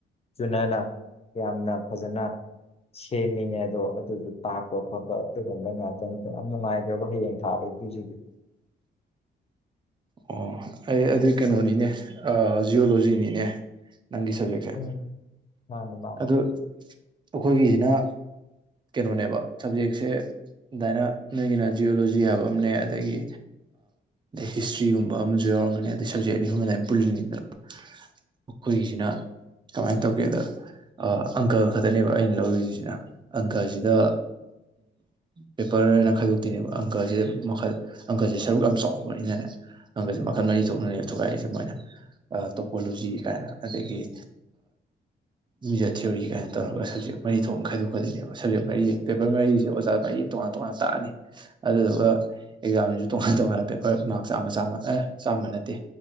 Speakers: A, on the left (about 30°); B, on the right (about 25°).
A: ꯆꯨꯅꯅ ꯌꯥꯝꯅ ꯐꯖꯅ ꯁꯦꯝꯃꯤꯉꯦ ꯑꯗꯣ ꯑꯗꯨꯗꯨꯣ ꯇꯥꯛꯄ ꯈꯣꯠꯄ ꯑꯗꯨꯒꯨꯝꯕ ꯉꯥꯛꯇꯅꯤꯗ ꯌꯥꯝ ꯅꯨꯡꯉꯥꯏꯈ꯭ꯔꯕ ꯍꯌꯦꯡ ꯊꯥꯔ ꯑꯗꯨꯁꯤꯗꯤ
B: ꯑꯣ ꯑꯩ ꯑꯗꯨ ꯀꯩꯅꯣꯅꯤꯅꯦ ꯖꯤꯑꯣꯂꯣꯖꯤꯅꯤꯅꯦ ꯅꯪꯒꯤ ꯁꯕꯖꯦꯛꯁꯦ
A: ꯎꯝ ꯃꯥꯅꯦ ꯃꯥꯅꯦ
B: ꯑꯗꯨ ꯑꯩꯈꯣꯏꯒꯤꯁꯤꯅ ꯀꯩꯅꯣꯅꯦꯕ ꯁꯞꯖꯦꯛꯁꯦ ꯑꯗꯨꯃꯥꯏꯅ ꯅꯣꯏꯒꯤꯅ ꯖꯤꯑꯣꯂꯣꯖꯤ ꯍꯥꯏꯕ ꯑꯃꯅꯦ ꯑꯗꯒꯤ ꯍꯤꯁꯇ꯭ꯔꯤꯒꯨꯝꯕ ꯑꯃꯁꯨ ꯌꯥꯎꯔꯝꯒꯅꯤ ꯑꯗꯩ ꯁꯞꯖꯦꯛ ꯑꯅꯤ ꯑꯍꯨꯝꯕ ꯑꯗꯨ ꯄꯨꯜꯂꯤꯅꯤꯗꯅ ꯑꯩꯈꯣꯏꯒꯤꯁꯤꯅ ꯀꯃꯥꯏꯅ ꯇꯧꯒꯦꯗ ꯑꯪꯀ ꯈꯛꯇꯅꯦꯕ ꯑꯩꯅ ꯂꯧꯔꯤꯁꯤꯁꯤꯅ ꯑꯪꯀꯁꯤꯗ ꯄꯦꯄꯔ ꯍꯥꯏꯅ ꯈꯥꯏꯗꯣꯛꯇꯣꯏꯅꯦꯕ ꯑꯪꯀꯁꯤꯗ ꯃꯈꯜ ꯑꯪꯀꯁꯦ ꯁꯔꯨꯛ ꯌꯥꯝ ꯆꯥꯎꯕꯅꯤꯅꯅꯦ ꯍꯪꯒꯁꯦ ꯃꯈꯜ ꯃꯔꯤ ꯊꯣꯛꯅꯅꯦꯕ ꯊꯨꯒꯥꯏꯏꯁꯦ ꯃꯣꯏꯅ ꯇꯣꯄꯣꯂꯣꯖꯤ ꯀꯥꯏꯅ ꯑꯗꯒꯤ ꯃꯤꯖꯔ ꯊꯤꯑꯣꯣꯔꯤ ꯀꯥꯏꯅ ꯇꯧꯔꯒ ꯁꯕꯖꯦꯛ ꯃꯔꯤ ꯊꯣꯛꯅ ꯈꯥꯏꯗꯣꯛꯀꯗꯣꯏꯅꯦꯕ ꯁꯞꯖꯦꯛ ꯃꯔꯤ ꯄꯦꯄꯔ ꯃꯔꯤꯁꯦ ꯑꯣꯖꯥ ꯃꯔꯤ ꯇꯣꯉꯥꯟ ꯇꯣꯉꯥꯟ ꯇꯥꯛꯑꯅꯤ ꯑꯗꯨꯗꯨꯒ ꯑꯦꯛꯖꯥꯝꯁꯤꯁꯨ ꯇꯣꯉꯥꯟ ꯇꯣꯉꯥꯟꯅ ꯄꯦꯄꯔ ꯃꯥꯔꯛ ꯆꯥꯝꯃ ꯆꯥꯝꯃ ꯑꯦ ꯆꯥꯝꯃ ꯅꯠꯇꯦ